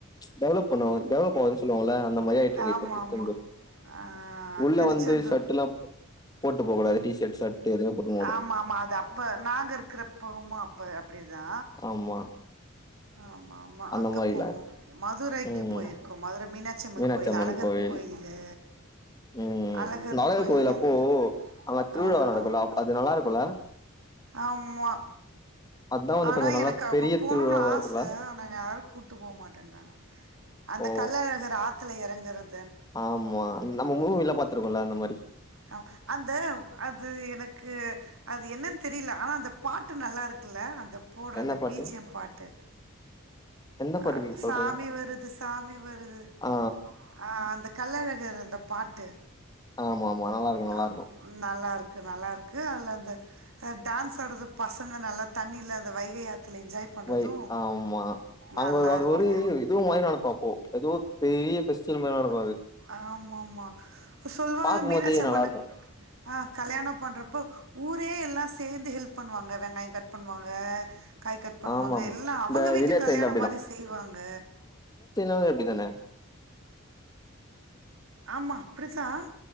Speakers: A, on the left; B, on the right.
A: டெவலப் பண்ணுவாங்க டெவலப் போவாத சொல்லு வாங்கள்ள அந்த மாரி ஆய்ட்டு இருக்கு
B: ஆமா
A: இப்ப திர்செந்தூர்
B: ஆமா ஆ
A: உள்ள
B: திருச்செந்தூர்
A: வந்து சட்டுல்லா போட்டு போ கூடாது டிஷட் ஷட்டு எதுமே போட்டு
B: ஆமா ஆமா அது அப்ப நாங்க இருக்கறப்பவுமா அப்ப அப்டிதா
A: ஆமா
B: ஆமா ஆமா
A: அந்த
B: அங்க
A: மாரிலா
B: போவோ மதுரைக்கு
A: ம்
B: போய்ருக்கோ மதுர மீனா ச்சி அம்மன்
A: மீனாட்சி
B: கோயில் அழகர்
A: கோவில்
B: கோயிலு
A: ம்
B: அழகர்
A: நாளையர்
B: கோயில்
A: கோயிலப்போ
B: வந்து
A: அங்க திருவிழா
B: ஆ
A: நடக்குல்ல
B: ஆ
A: அப் அது நல்லாருக்குல்ல
B: ஆமா
A: அதா வந்து
B: ஆனா
A: கொஞ்சோ நல்லா
B: எனக்கு அப்ப
A: பெரிய
B: போணுனு
A: திருவிழாவா
B: ஆச
A: இருக்குல்ல
B: ஆனா என்ன யாரு கூட்டு போ மாட்டன்றாங்க அந்த
A: ஓ
B: கள்ளழகர் ஆத்துல எறங்கறத்
A: ஆமா நம்ம மூவிலா பாத்துருக்கோல அந்த மாரி
B: ஆ அந்த அது எனக்கு அது என்னன் தெரியில ஆனா அந்த பாட்டு நல்லா இருக்கில்ல அந்த போட்ற
A: என்ன
B: அந்த
A: பாட்டு
B: பீஜியம் பாட்டு
A: எந்த பாட்டுக்கு
B: அ
A: சொல்றீங்க
B: சாமி வருது சாமி வருது
A: ஆ
B: ஆ அந்த கள்ளழகர் அந்த பாட்டு
A: ஆமா ஆமா நல்லாருக்கும் நல்லாருக்கும்
B: அ நல்லாருக்கு நல்லாருக்கு அதுல அந்த டான்ஸ் ஆடுறது பசங்க நல்லா தண்ணில அந்த வைகை ஆத்துல என்ஜாய் பண்றது
A: வை ஆமா அங்க
B: நல்லாருக்கு
A: அது ஒரு இதுவு மாரி நடக்கும் அப்போ எதுவோ பெரிய ஃபெஸ்டிவல் மாரி நடக்கு அது
B: ஆமா ஆமா சொல்லுவாங்க
A: பாக்கும்போதே
B: மீனாட்சி அம்மன்க்
A: நல்லா இருக்கு
B: ஆ கல்யாண பண்றப்போ ஊரே எல்லா சேந்து ஹெல்ப் பண்ணுவாங்க வெங்காயம் கட் பண்ணுவாங்க காய் கட் பண்ணுவாங்க
A: ஆமாம்
B: எல்லா அவங்க
A: இந்த
B: வீட்டு
A: வில்லேஜ்
B: கல்யாண
A: சைட்ல
B: மாரி செய்வாங்க
A: வே அப்டிதான
B: ஆமா அப்டிதான்